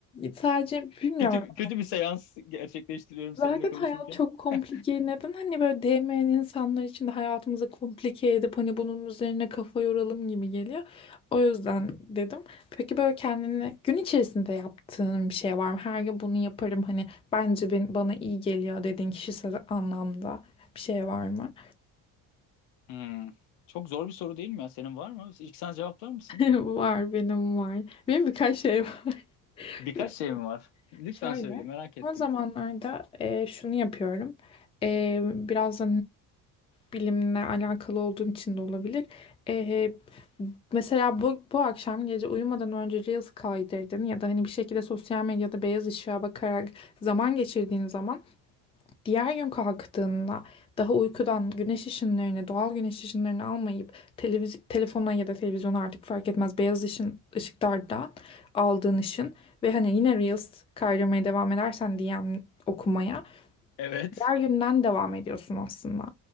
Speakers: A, on the left; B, on the left.
A: sadece bilmiyorum.
B: Kötü, kötü bir seans gerçekleştiriyorum
A: Zaten
B: seninle konuşurken.
A: hayat çok komplike.
B: <laughs>
A: Neden hani böyle değmeyen insanlar için de hayatımızı komplike edip hani bunun üzerine kafa yoralım gibi geliyor. O yüzden dedim. Peki böyle kendine gün içerisinde yaptığın bir şey var mı? Her gün bunu yaparım hani bence ben, bana iyi geliyor dediğin kişisel anlamda bir şey var mı?
B: Hmm. Çok zor bir soru değil mi ya? Senin var mı? İlk sen cevaplar mısın?
A: <laughs> Var benim var. Benim birkaç şey var.
B: Birkaç
A: <laughs>
B: şey mi var? Lütfen
A: Şöyle,
B: söyle, merak ettim.
A: son zamanlarda e, şunu yapıyorum. E, biraz bilimle alakalı olduğum için de olabilir. E, mesela bu, bu akşam gece uyumadan önce Reels kaydırdın ya da hani bir şekilde sosyal medyada beyaz ışığa bakarak zaman geçirdiğin zaman Diğer gün kalktığında daha uykudan güneş ışınlarını, doğal güneş ışınlarını almayıp televiz telefona ya da televizyona artık fark etmez beyaz ışın, ışıklardan aldığın ışın ve hani yine Reels kaydırmaya devam edersen DM okumaya
B: Evet.
A: diğer günden devam ediyorsun aslında.